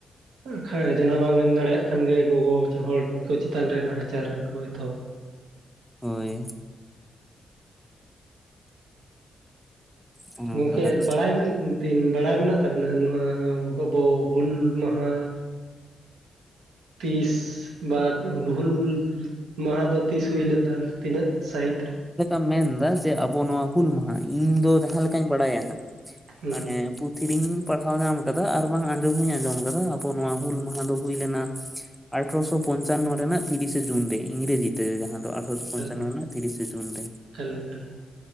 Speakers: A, on the right; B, in the centre.
A: ᱦ <inaudible> ᱠᱷᱟᱡᱱᱟ ᱵᱟᱝ ᱮᱢ ᱫᱟᱲᱮᱭᱟᱜ ᱠᱷᱟᱱ ᱜᱮ ᱜᱚᱜᱚ ᱦᱚᱲ ᱠᱚ ᱪᱮᱛᱟᱱ ᱨᱮ ᱱᱟᱦᱟᱪᱟᱨ ᱨᱮᱠᱚ ᱮᱛᱚᱦᱚᱵ
B: ᱦᱳᱭ ᱚᱱᱮ
A: ᱜᱚᱝᱠᱮ
B: ᱚᱱᱠᱟ ᱟᱨ ᱪᱮᱫ
A: ᱵᱟᱲᱟᱭᱢ ᱵᱮᱱ ᱵᱟᱲᱟᱭ ᱢᱮᱱᱟᱜ ᱛᱟᱵᱚᱱᱟ ᱱᱚᱣᱟ ᱟᱵᱚ ᱦᱩᱞ ᱢᱟᱦᱟ ᱛᱤᱥ ᱵᱟᱛ ᱦᱩᱞᱩᱞ ᱢᱟᱦᱟ ᱫᱚ ᱛᱤᱥ ᱦᱩᱭᱞᱱ ᱛᱟᱦᱮᱱᱟ? ᱛᱤᱱᱟᱹᱜ ᱥᱟᱹᱦᱤᱛ
B: ᱢᱮᱱ ᱮᱫᱟ ᱡᱮ ᱟᱵᱚ ᱱᱚᱣᱟ ᱦᱩᱞ ᱢᱟᱦᱟ ᱤᱧ ᱫᱚ ᱡᱟᱦᱟᱸ ᱞᱮᱠᱟᱧ ᱵᱟᱲᱟᱭᱟ ᱦᱟᱸᱜ
A: ᱦᱩᱸ
B: ᱢᱟᱱᱮ ᱯᱷᱤᱨᱤᱧ ᱯᱟᱲᱦᱟᱣ ᱧᱟᱢ ᱟᱠᱟᱫᱟ ᱟᱨ ᱵᱟᱝ ᱟᱸᱡᱚᱢ ᱦᱚᱧ ᱟᱸᱡᱚᱢ ᱟᱠᱟᱫᱟ ᱾ᱟᱵᱚ ᱱᱚᱣᱟ ᱦᱩᱞ ᱢᱟᱦᱟ ᱫᱚ ᱦᱩᱭ ᱞᱮᱱᱟ ᱟᱴᱷᱨᱚᱥᱚ ᱯᱚᱧᱪᱟᱱᱱᱚ ᱨᱮᱱᱟᱜ ᱛᱤᱨᱤᱥᱮ ᱡᱩᱱ ᱨᱮ ᱤᱝᱨᱮᱡᱤᱛᱮ ᱡᱟᱦᱟᱸ ᱫᱚ ᱟᱴᱷᱮᱨᱚᱥᱚ
A: ᱮᱠᱟᱞ
B: ᱯᱚᱧᱪᱟᱱᱱᱚ ᱨᱮᱱᱟᱜ ᱛᱤᱨᱤᱥᱮ ᱡᱩᱱ ᱨᱮ
A: ᱮᱠᱟᱞ ᱮᱠᱟᱞ